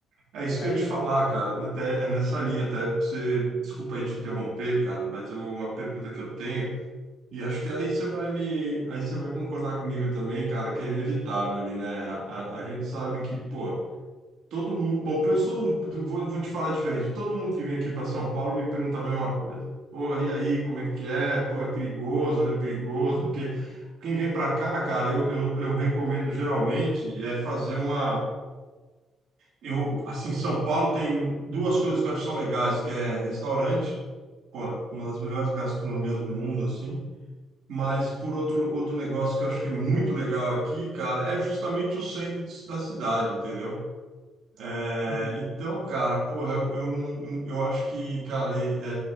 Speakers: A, on the right (about 80°); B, on the left (about 55°).
A: É isso
B: Aí.
A: que eu ia te falar, cara. Até é nessa linha, até pra você, desculpa aí te interromper, cara, mas é uma pergunta que eu tenho e acho que aí você vai me, aí você vai concordar comigo também, cara, que é inevitável ali, né? A, a- a gente sabe que, pô, todo mundo, bom, pelo menos todo mundo, vou, vou te falar diferente. Todo mundo que vem aqui para São Paulo me pergunta a mesma coisa. Pô, e aí, como é que é? Pô, é perigoso, não é perigoso?
B: Uhum,
A: Porque quem vem para cá, cara, eu, eu, eu recomendo geralmente é fazer uma eu, assim, São Paulo tem duas coisas que eu acho que são legais, que é restaurante, pô, uma das melhores gastronomias do mundo, assim. Mas por outro, outro negócio que eu acho que é muito legal aqui, cara, é justamente o centro de- da cidade, entendeu? É,
B: uhum,
A: então, cara, porra, eu, eu não, eu acho que, cara, é,